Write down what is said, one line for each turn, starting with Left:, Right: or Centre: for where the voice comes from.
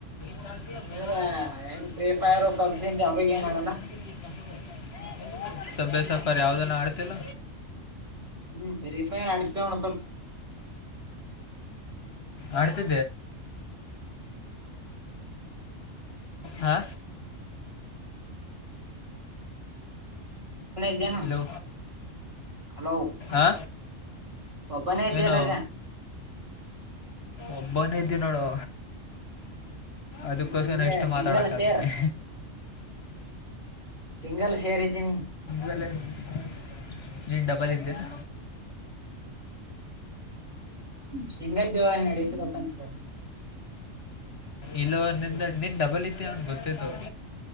Left: ಸಾಲತಿ
Right: ಅಂದ್ರ
Left: ಕಾನ
Right: ಹೆಂಗ್ ಫ್ರೀ
Left: ಚಾಲ
Right: ಫೈರ್ ಪಬ್ಜಿ ಅಂತ ಯಾವ್ದು ಗೇಮ್
Left: ಚಾಲಸ
Right: ಆಡಲ್ಲ
Left: ಪ ಬೀ ಬಕ <inaudible> ಸಭ್ಯ ಸಫರ್ ಯಾವ್ದನ್ನ ಆಡ್ತಿಲ್ಲ
Right: ಹ್ಮ್ ಸರೀಫ ಅಡ್ತಲ್
Left: ಆಡ್ತಿ <inaudible> ತಿದ್ದೆ ಹಾ
Right: <unintelligible> ಸುಮ್ನೆ ಇದ್ಯೇನು
Left: ಹಲೋ
Right: ಹಲೋ
Left: ಆ
Right: ಒಬ್ಬನೇ ಇದ್ಯಲ್ಲ
Left: ಏನೋ
Right: ಈಗ
Left: ಒಬ್ಬನೇ ಇದ್ದೇ ನೋಡು ಅದಕ್ಕೋಸ್ರ
Right: ನೀನ್ ಹಿಂದೆ
Left: ಎಷ್ಟು
Right: ಸಿಂಗಲ್
Left: ಮಾತಾಡಕಾದೀನನೆ
Right: ಸೇರ್ ಸಿಂಗಲ್ ಸೇರ್ ಇದ್ದೀನಿ
Left: ಲ್ಲ <inaudible> ಈ ಡಬಲ್ ಇದ್ದೇನೆ
Right: ಸಿಗರೇಟ್ ಜೋರಾಗಿ ನಡಿತಿದ್ದಂತೆ
Left: ಇಲ್ಲ ನಿ ನಿನ್ ಡಬಲ್ ಇದ್ದ ಅವನ್ ಗೊತ್ತೇತ್ತು